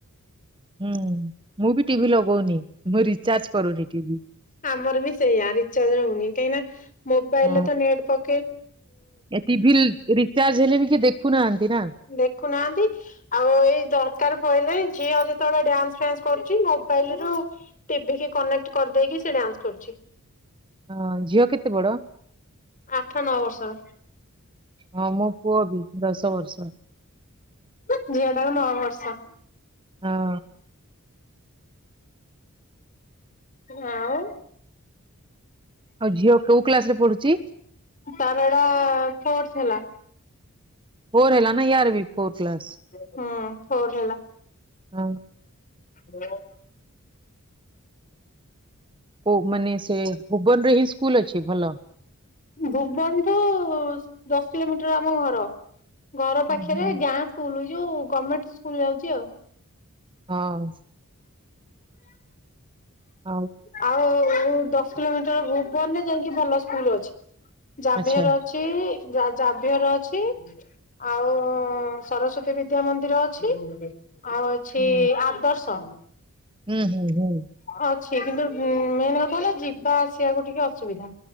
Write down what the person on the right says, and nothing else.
ହୁଁ ମୁଁ ବି ଟିଭି ଲଗଉନି। ମୁଁ ରିଚାର୍ଜ କରୁନି ଟିଭି
ହଁ,
ଏ ଟିଭି ରିଚାର୍ଜ ହେଲେ ବି କିଏ ଦେଖୁନାହାନ୍ତି। ନା
ହଁ ଝିଅ କେତେ ବଡ?
ହଁ ମୋ ପୁଅ ବି ଦଶ ବର୍ଷ
ହଁ।
ଆଉ ଝିଅ କୋଉ କ୍ଲାସ ରେ ପଢୁଛି?
ଫୋର ହେଲା ନା ୟାରବି ଫୋର୍ କ୍ଲାସ୍?
ହଁ।
କୋଉ ମାନେ ସେ ଭୁବନରେ ହି ସ୍କୁଲ ଅଛି। ଭଲ।
ହୁଁ
ହୁଁ।
ହଁ। ଆଉ
ଆଚ୍ଛା
ହୁଁ
ହୁଁ ହୁଁ ହୁଁ